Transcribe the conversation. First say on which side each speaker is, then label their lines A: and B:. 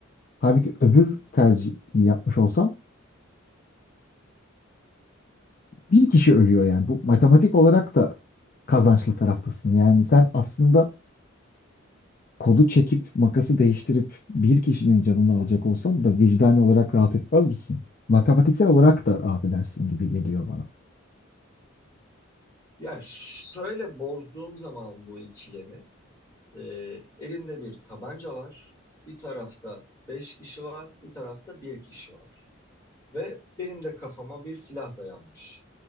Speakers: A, on the left; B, on the left.
A: Halbuki öbür tercihi yapmış olsan bir kişi ölüyor yani. Bu matematik olarak da kazançlı taraftasın. Yani sen aslında kolu çekip makası değiştirip bir kişinin canını alacak olsan da vicdani olarak rahat etmez misin? Matematiksel olarak da rahat edersin gibi geliyor bana.
B: Ya şöyle bozduğum zaman bu ikilemi e, elimde bir tabanca var. Bir tarafta beş kişi var, bir tarafta bir kişi var. Ve benim de kafama bir silah dayanmış.